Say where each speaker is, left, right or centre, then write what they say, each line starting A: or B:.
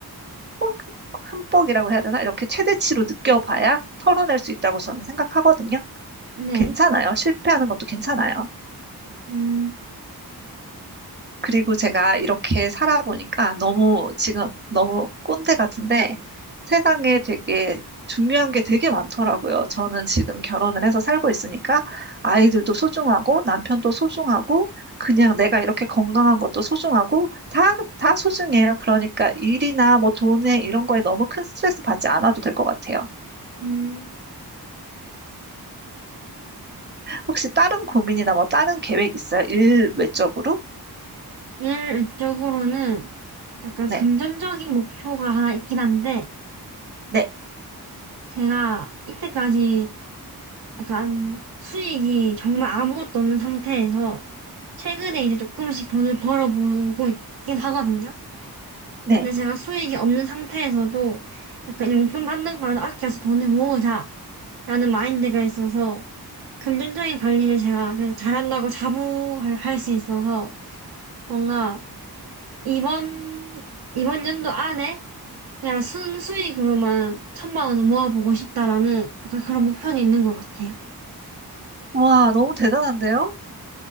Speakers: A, on the right (about 25°); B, on the right (about 70°).
A: 흠뻑, 흠뻑이라고 해야 되나? 이렇게 최대치로 느껴봐야 털어낼 수 있다고 저는 생각하거든요.
B: 네.
A: 괜찮아요. 실패하는 것도 괜찮아요.
B: 음,
A: 그리고 제가 이렇게 살아보니까 너무 지금 너무 꼰대 같은데 세상에 되게 중요한 게 되게 많더라고요. 저는 지금 결혼을 해서 살고 있으니까 아이들도 소중하고 남편도 소중하고 그냥 내가 이렇게 건강한 것도 소중하고 다, 다 소중해요. 그러니까 일이나 뭐 돈에 이런 거에 너무 큰 스트레스 받지 않아도 될 것 같아요.
B: 음.
A: 혹시 다른 고민이나 뭐 다른 계획 있어요? 일 외적으로?
B: 일 외적으로는 약간
A: 네,
B: 금전적인 목표가 하나 있긴 한데
A: 네,
B: 제가 이때까지 약간 수익이 정말 아무것도 없는 상태에서 최근에 이제 조금씩 돈을 벌어보고 있긴 하거든요.
A: 네.
B: 근데 제가 수익이 없는 상태에서도 약간 용돈 받는 거라도 아껴서 돈을 모으자 라는 마인드가 있어서 금전적인 관리를 제가 그냥 잘한다고 자부할 할수 있어서 뭔가 이번 이번 연도 안에 그냥 순수익으로만 천만 원을 모아보고 싶다라는 약간 그런 목표는 있는 것 같아요.
A: 와, 너무 대단한데요?